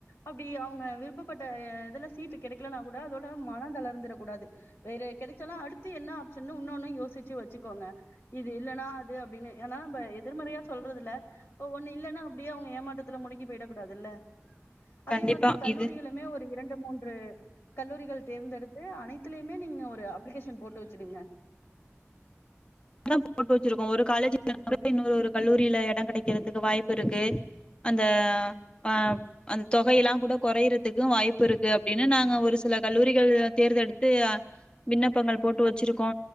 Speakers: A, on the left; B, on the left.
A: அப்டி அவுங்க விருப்பப்பட்ட இதுல சீட்டு கெடைக்கலனா கூட அதோட மன தளர்ந்துர கூடாது வேற கெடச்சாலு அடுத்து என்ன ஆப்ஷன்னு இன்னொன்னு யோசிச்சு வச்சுக்கோங்க இது இல்லன்னா அது அப்டின்னு ஏன்னா நம்ப எதிர்மறையா சொல்றதுல்ல இப்ப ஒண்ணு இல்லன்னா அப்டியே அவுங்க ஏமாத்தத்துல முடிங்கி போயிட கூடாதுல்ல அதே
B: கண்டிப்பா
A: மாதிரி கல்லூரிகளுமே
B: இது
A: ஒரு இரண்டு மூன்று கல்லூரிகள் தேர்ந்தெடுத்து அனைத்துலயுமே நீங்க ஒரு அப்ளிகேஷன் போட்டு வச்சுடுங்க
B: அப்டி தா போட்டு வச்சிருக்கோ ஒரு காலேஜ் இல்லனா கூட இன்னொரு ஒரு கல்லூரியில எட கெடைக்குறதுக்கு வாய்ப்புருக்கு அந்த ஆ அந்த தொகையல்லா கூட கொறையிறதுக்கு வாய்ப்பு இருக்கு அப்டின்னு நாங்க ஒரு ஒரு சில கல்லூரிகள் தேர்ந்தெடுத்து விண்ணப்பங்கள் போட்டு வச்சிருக்கோ